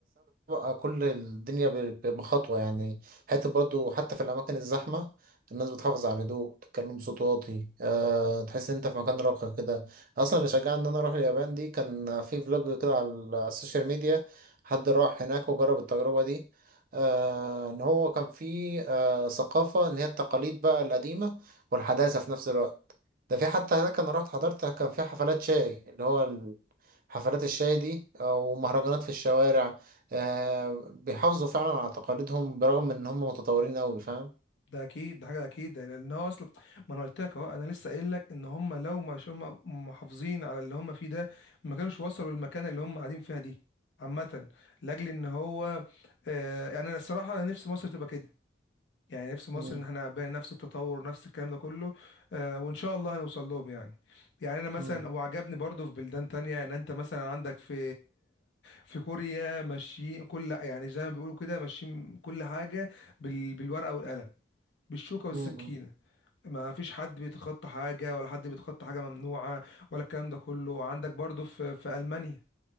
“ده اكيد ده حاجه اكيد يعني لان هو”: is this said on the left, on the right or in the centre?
Left